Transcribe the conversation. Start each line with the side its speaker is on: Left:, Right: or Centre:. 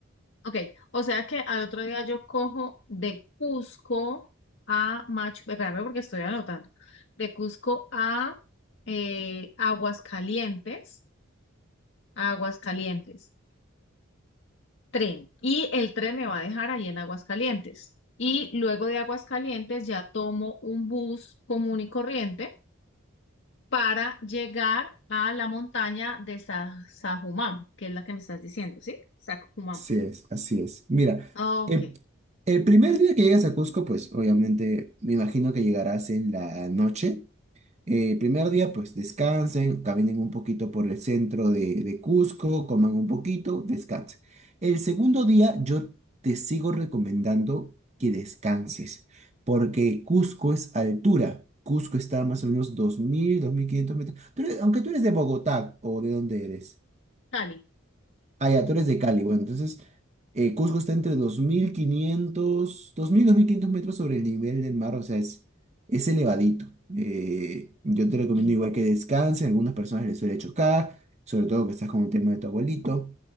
Left: Ok, o sea que al otro día yo cojo de Cusco a Machu, espérame porque estoy anotando, de Cusco a eh, Aguascalientes, a Aguascalientes, tren. Y el tren me va a dejar ahí en Aguascalientes. Y luego de Aguascalientes ya tomo un bus común y corriente para llegar a la montaña de Sa- Sajumam, que es la que me estás diciendo, ¿sí? Sajumam.
Right: Así es, así es. Mira,
Left: Ok,
Right: eh, el primer día que llegas a Cusco, pues obviamente me imagino que llegarás en la noche. Eh, primer día, pues descansen, caminen un poquito por el centro de, de Cusco, coman un poquito, descansen. El segundo día, yo te sigo recomendando que descanses, porque Cusco es altura. Cusco está a más o menos 2.000 2.500 metros. Tú eres- aunque tú eres de Bogotá o de dónde eres.
Left: Cali.
Right: Ah, ya,
Left: Ujú.
Right: tú eres de Cali. Bueno, entonces eh, Cusco está entre dos dos mil mil quinientos dos mil dos mil quinientos metros sobre el nivel del mar, o sea, es, es elevadito. Eh, yo te recomiendo
Left: Y
Right: igual que descanses, algunas personas les suele chocar, sobre todo que estás con el tema de tu abuelito.